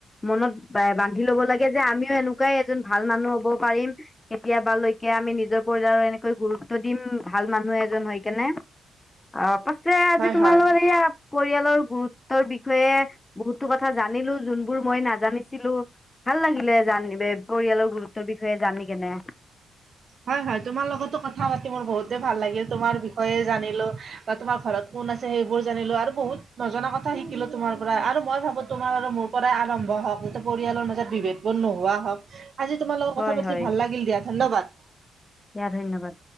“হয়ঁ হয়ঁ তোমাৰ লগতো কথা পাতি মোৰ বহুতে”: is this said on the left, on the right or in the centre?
Right